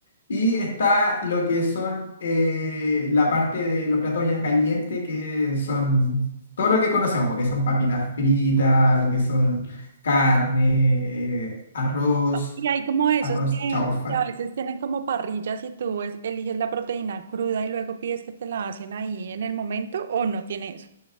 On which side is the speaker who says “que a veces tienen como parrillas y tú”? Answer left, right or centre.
Right